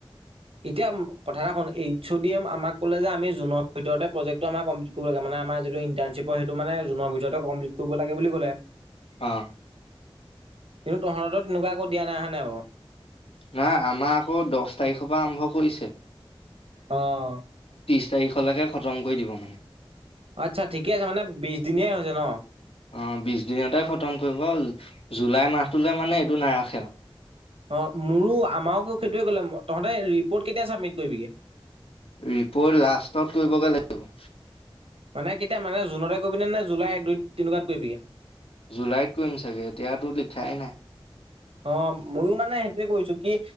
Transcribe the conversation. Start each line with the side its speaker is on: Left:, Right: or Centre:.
Right: এতিয়া কথা এটা কও নেকি এইচ ও দি এ আমাক ক'লে যে আমি জুনত ভিতৰতে প্ৰজেক্টো কমপ্লিত কৰিব লাগে, মানে আমাৰ যিতো ইন্টানশিপ সেইটো মানে জুনৰ ভিতৰতে কমপ্লিত কৰিব লাগে বুলি ক'লে।
Left: অ'।
Right: কিন্তু তহতোৰ তেনেকুৱা একো দিয়া নাই! হয় নে নাই বাৰু?
Left: নাই আমাৰ আকৌ দহ তাৰিখৰ পৰা আৰম্ভ কৰিছে।
Right: অহ ',
Left: চাৰিশলৈকে খতম কৰি দিব মানে।
Right: আচ্ছা ঠিকে আছে, মানে বিশ দিনিয় হৈছে ন?
Left: অহ ', বিশ দিনতে খতম কৰিব। জুলাই মাহটোলৈ মানে এইটো নাৰাখে আৰু।
Right: অহ ', মোৰো আমাককো সেইটোৱে ক'লে তহঁতে ৰিপৰ্ট কেতিয়া চাবমিট কৰিবিগে।
Left: ৰিপ'ৰ্ট লাষ্টত কৰিবগৈ লাগিব।
Right: মানে কেতিয়া মানে জুনতে কৰিবিে নে? জুলাই এক দুই তিনিকাত কৰিবিগি?
Left: জুলাইত কৰিম চাগে এতিয়াতো লিখাই নাই।
Right: অহ ', ময়ো মানে সেইটোয়ে কৰিছো, কি